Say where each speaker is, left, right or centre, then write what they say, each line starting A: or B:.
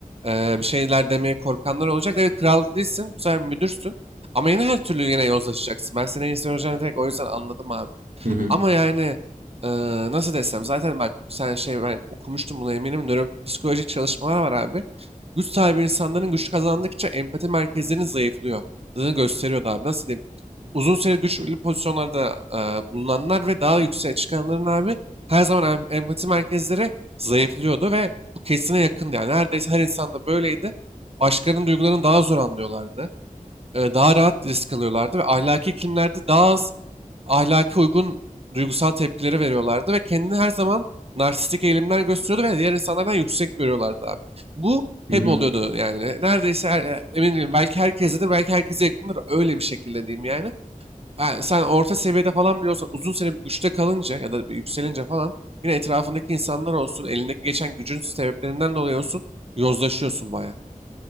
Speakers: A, on the right; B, on the right.
A: Ee, bir şeyler demeye korkanlar olacak. Evet kral değilsin. Bu sefer müdürsün. Ama yine her türlü yine yozlaşacaksın. Ben seni en iyisi soracağını direkt o yüzden anladım abi.
B: Hı hı, hı hı,
A: Ama yani eee, nasıl desem zaten bak sen şey ben okumuştum buna eminim. Nöropsikolojik çalışmalar var abi. Güç sahibi insanların güç kazandıkça empati merkezlerinin zayıflıyor. gösteriyordu abi. Nasıl diyeyim? Uzun süre güçlü pozisyonlarda eee, bulunanlar ve daha yükseğe çıkanların abi her zaman em- empati merkezleri zayıflıyordu ve bu kesine yakındı. Yani neredeyse her insanda böyleydi. Başkalarının duygularını daha zor anlıyorlardı. Eee, daha rahat risk alıyorlardı ve ahlaki iklimlerde daha az ahlaki uygun duygusal tepkileri veriyorlardı ve kendini her zaman narsistik eğilimler gösteriyordu ve diğer insanlardan yüksek görüyorlardı abi. Bu
B: hı
A: hep oluyordu yani. Neredeyse her, e, emin değilim. Belki herkestedir, belki herkese yakındır. Öyle bir şekilde diyeyim yani. Ha, sen orta seviyede falan bile olsan uzun süre bir güçte kalınca ya da bir yükselince falan yine etrafındaki insanlar olsun, elindeki geçen gücün sebeplerinden dolayı olsun yozlaşıyorsun bayağı.